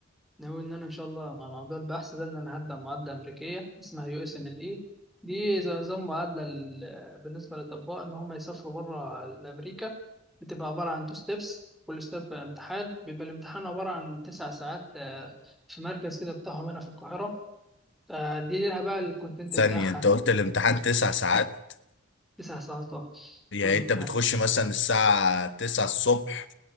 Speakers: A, in the centre; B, on the left.
A: ناوي ان انا ان شاء الله مع موضوع البحث ده ان انا هبدا معادله امريكيه اسمها يو اس ام ال اي دي زي نظام معادله ال- بالنسبه للاطباء ان هم يسافروا بره امريكا بتبقى عباره عن تو ستيبس كل ستيب امتحان بيبقى الامتحان عباره عن تسع ساعات آه، في مركز كده بتاعهم هنا في القاهره فدي ليها بقى الكونتنت
B: ثانيه
A: بتاعها
B: انت قلت الامتحان تسع ساعات
A: تسع ساعات طبعاً
B: يعني
A: كل
B: انت
A: امتحان
B: بتخش مثلا الساعة 9 الصبح